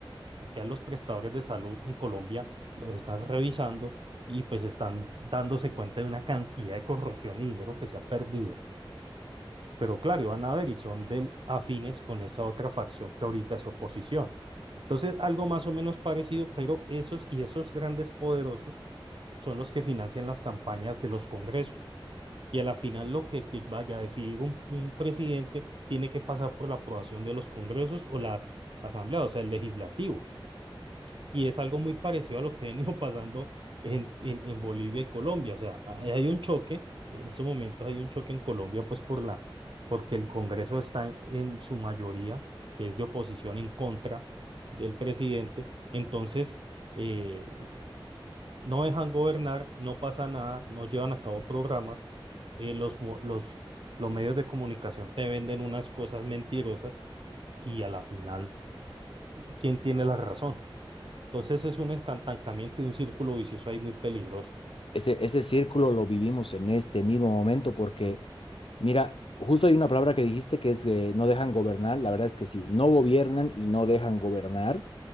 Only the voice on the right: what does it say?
Acá los prestadores de salud en Colombia los están revisando y pues están dándose cuenta de una cantidad de corrupción y dinero que se ha perdido. Pero claro, van a ver y son del afines con esa otra facción que ahorita es oposición. Entonces, algo más o menos parecido, pero esos y esos grandes poderosos son los que financian las campañas de los congresos. Y a la final lo que que vaya a decidir un, un presidente tiene que pasar por la aprobación de los congresos o las asambleas, o sea, el legislativo. Y es algo muy parecido a lo que ha venido <laughs> pasando en, en, en Bolivia y Colombia. O sea, hay, hay un choque, en estos momentos hay un choque en Colombia, pues por la, porque el Congreso está en, en su mayoría, que es de oposición en contra del presidente. Entonces, eh, no dejan gobernar, no pasa nada, no llevan a cabo programas, eh, los, mo- los, los medios de comunicación te venden unas cosas mentirosas y a la final, ¿quién tiene la razón? Entonces es un estancamiento y un círculo vicioso ahí muy peligroso.